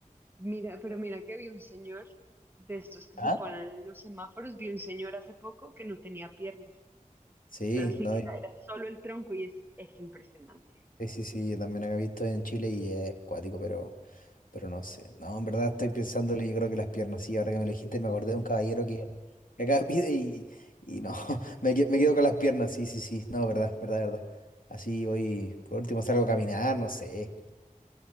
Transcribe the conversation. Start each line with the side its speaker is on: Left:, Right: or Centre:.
Right: Mira, pero mira que vi un señor de estos que
Left: ¿Ah?
Right: se ponen en los semáforos, vi un señor hace poco que no tenía piernas,
Left: Sí,
Right: pero así
Left: no,
Right: que era, era solo el tronco y es, es impresionante.
Left: Sí, sí, sí, yo también había visto en Chile y es cuático, pero, pero no sé. No, en verdad estoy pensándole, yo creo que las piernas, sí, ahora que me elegiste me acordé de un caballero que, que acá <laughs> pide y, y no, <laughs> me, que- me quedo con las piernas, sí, sí, sí, no, verdad, verdad, verdad. Así voy, por último salgo a caminar, no sé.